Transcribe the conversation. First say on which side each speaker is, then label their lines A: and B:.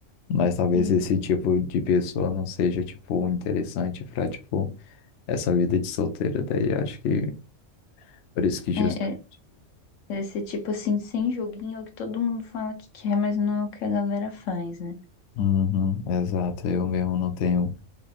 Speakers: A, on the left; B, on the left.
A: Mas talvez
B: sim.
A: esse tipo de pessoa não seja, tipo, interessante pra, tipo, essa vida de solteiro, daí acho que por isso que justamente.
B: É, é, Esse tipo assim, sem joguinho, é o que todo mundo fala que quer, mas não é o que a galera faz, né?
A: Uhum, exato, eu mesmo não tenho